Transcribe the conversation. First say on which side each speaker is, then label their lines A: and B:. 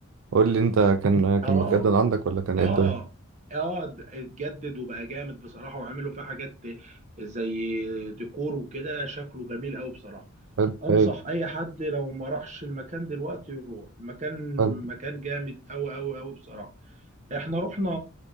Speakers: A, on the right; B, on the right.
A: قول لي انت كان كان
B: اه
A: متجدد عندك ولا كان
B: اه
A: ايه الدنيا
B: اه د- اتجدد وبقى جامد بصراحه وعملوا فيه حاجات زي ديكور وكده شكله جميل قوي بصراحه
A: حلو
B: انصح
A: حلو
B: اي حد لو ما راحش المكان دلوقتي يروح المكان
A: حلو
B: مكان جامد قوي قوي قوي بصراحه احنا رحنا